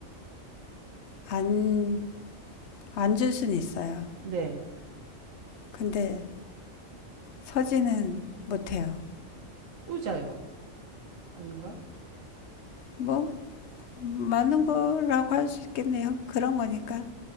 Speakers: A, on the left; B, on the right.
A: 안, 앉을 순 있어요.
B: 네.
A: 근데 서지는 못해요.
B: 우자요. 아닌가?
A: 뭐, 맞는 거라고 할 수 있겠네요. 그런 거니까.